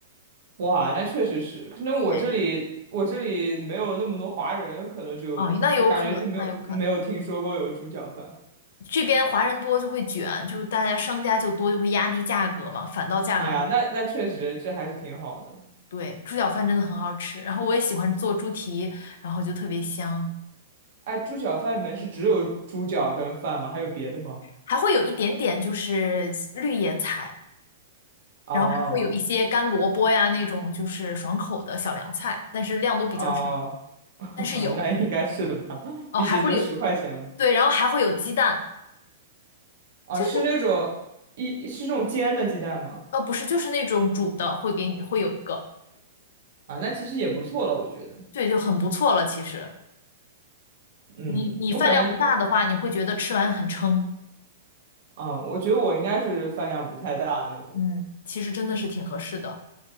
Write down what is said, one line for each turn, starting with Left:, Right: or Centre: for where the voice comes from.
Right: 哇，那确实是，可能我这里我这里没有那么多华人，
Left: 对，
Right: 可能就我感觉就没有没有听说过有猪脚饭。
Left: 哦，那有可那有可能，这边华人多就会卷，就大家商家就多就会压低价格嘛，反倒价格会
Right: 哎呀，那那确实这还是挺好的。
Left: 对，猪脚饭真的很好吃，然后我也喜欢做猪蹄，然后就特别香。
Right: 哎，猪脚饭里面是只有猪脚跟饭吗？还有别的吗？
Left: 还会有一点点就是绿叶菜，
Right: 哦
Left: 然后还会有一些干萝卜呀那种就是爽口的小凉菜，但是量都比较少，
Right: 哦，<laughs>
Left: 但是有
Right: 那应该是的吧，<laughs>
Left: 哦，
Right: 毕竟就十块钱嘛。
Left: 还会有对，然后还会有鸡蛋，
Right: 啊，
Left: 就是
Right: 是那种一是那种煎的鸡蛋吗？
Left: 呃不是就是那种煮的会给你会有一个，
Right: 啊，那其实也不错了，我觉得。
Left: 对，就很不错了。其实
Right: 嗯，
Left: 你你饭量不大的话，
Right: 我感觉我，
Left: 你会觉得吃完很撑，
Right: 啊，我觉得我应该是饭量不太大那种。
Left: 嗯，其实真的是挺合适的